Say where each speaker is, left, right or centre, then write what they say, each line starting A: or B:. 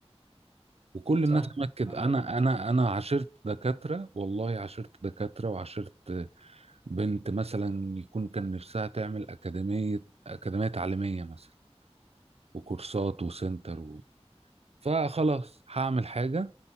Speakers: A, on the right; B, on the right.
A: وكل الناس
B: صح
A: هناك كده
B: عندك
A: أنا
B: حق
A: أنا أنا عاشرت دكاترة والله عاشرت دكاترة وعاشرت بنت مثلا يكون كان نفسها تعمل أكاديمية أكاديمية تعليمية مثلا وكورسات وسنتر و... فخلاص هعمل حاجة